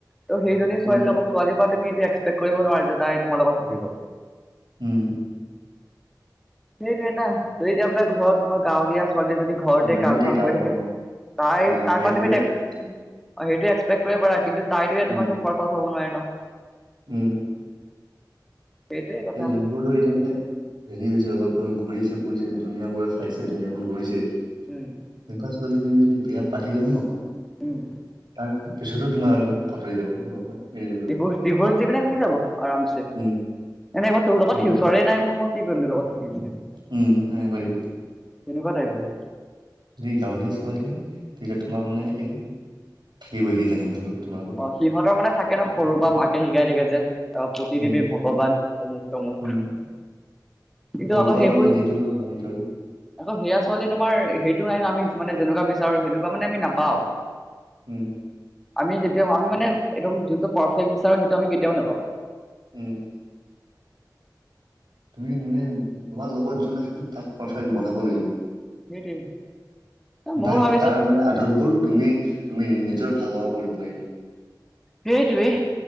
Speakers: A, in the centre; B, on the right (about 80°).
A: ত' সেইজনী ছোৱালীৰ
B: উম
A: লগত ছোৱালী পৰা তুমি এটো এক্সপেক্ট কৰিব নোৱাৰা যে তাই তোমাৰ লগত থাকিব।
B: উম।
A: সেইটোৱে ন? এতিয়া বলে ঘৰত, তোমাৰ গাঁৱলীয়া ছোৱালী এজনী ঘৰতে
B: যোনবোৰ
A: কাম
B: এতিয়া
A: চাম
B: গাঁও
A: কৰি
B: অ
A: থাকে। তাই
B: অ
A: তাৰপা
B: সেইবোৰে
A: তুমি তাইক অ',
B: আহিব
A: সেইটো এক্সপেক্ট কৰিব পাৰা, কিন্তু তাইতো ইয়াত
B: উম
A: তোমাৰ <unintelligible> হ'ব নোৱাৰে ন?
B: উম।
A: সেইটোৱে কথা
B: এই যোনবোৰ মানে, হেৰি হৈছে অলপ ধৰক ঘূৰিছে ফুৰিছে, ধুনীয়া বোৰে চাইছে, ধুনীয়াখন কৰিছে।
A: উম।
B: তেনেকুৱা ছোৱালী তুমি যদি বিয়া পাতিলা ন
A: উম।
B: তাৰপিছতো তোমাৰ আ আতৰি যাব তোমাৰ পৰা। এৰি যাব তোমাক।
A: ডিভৰ্চ-ডিভৰ্চ দি পিনে গুচি যাব আৰামচে। <unintelligible>
B: উম।
A: তোৰ লগত
B: এইবোৰ
A: ফিউচাৰে
B: ঠিক আছে।
A: নাই মোৰ, মই কি কৰিম, তোৰ লগত থাকি পিনে?
B: উম, যেনেকে কৈ দিব।
A: তেনেকুৱা টাইপৰ।
B: গাঁৱলীয়া ছোৱালী হয় তেতিয়া তোমাক মানে এই থাকিব সি যেনেকৈ হ'লেও তোমাৰ লগত।
A: অ সিহঁতৰ মানে থাকে ন' সৰুৰ পাই মাকে শিকাই থাকে যে অঁ' <unintelligible> দেৱী
B: উম
A: ভগৱান, অমুক তমুক।
B: উম
A: কিন্তু
B: সৰুৰ
A: আকৌ
B: পৰা
A: সেইবোৰ
B: মানে যিটো সেইটো আৰু
A: আকৌ সেয়া ছোৱালী তোমাৰ সেইটো নাই ন' আমি মানে যেনেকুৱা বিচাৰো, সেনেকুৱা মানে আমি নাপাওঁ।
B: উমঁ।
A: আমি যেতিয়া, আমি মানে একদম যোনটো পাৰফেক্ট বিচাৰো সেইটো আমি কেতিয়াও নাপাওঁ।
B: উমঁ। তুমি মানে, তোমাৰ লগত যোন আছে ন' তাক পাৰফেক্ট বনাব লাগিব।
A: সেইটোৱে
B: <unintelligible>
A: ময়ো ভাবিছো
B: তাৰমানে আদতবোৰ তুমি, তুমি নিজৰ ভাল লগা কৰিব লাগিব।
A: সেইটোৱেই।